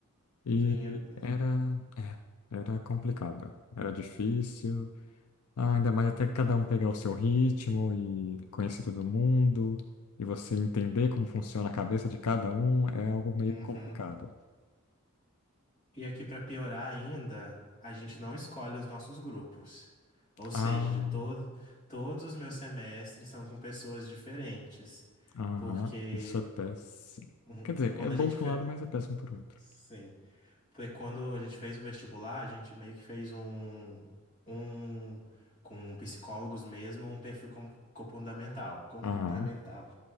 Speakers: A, on the left (about 80°); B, on the left (about 35°).
A: E
B: Sim, é-
A: era, é, era complicado, era difícil, ah, ainda mais até cada um pegar o seu ritmo e conhecer todo mundo, e você entender como funciona a cabeça de cada um, é algo meio
B: uhum.
A: complicado.
B: E aqui pra piorar ainda, a gente não escolhe os nossos grupos. Ou seja,
A: Ah,
B: de todo, todos os meus semestres são com pessoas diferentes,
A: aham,
B: porque
A: isso é péssimo.
B: um,
A: Quer dizer,
B: quando
A: é bom
B: a gente
A: por
B: fe...
A: um lado, mas é péssimo por outro.
B: sim, porque quando a gente fez o vestibular, a gente meio que fez um um com psicólogos mesmo, um perfil com- comportamental, comportamental.
A: Aham,